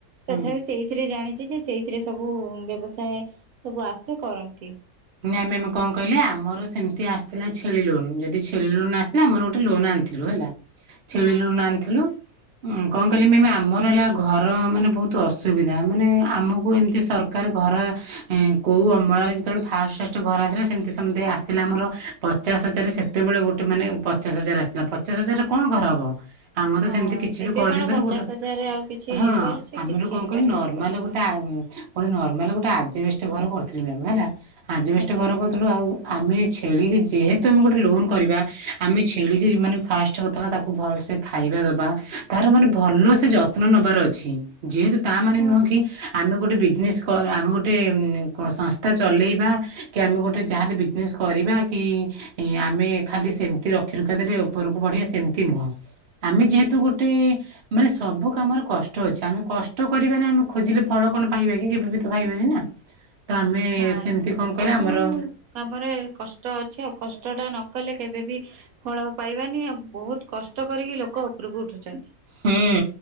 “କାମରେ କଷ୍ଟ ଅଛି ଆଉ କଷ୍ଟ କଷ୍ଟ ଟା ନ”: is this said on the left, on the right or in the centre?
Right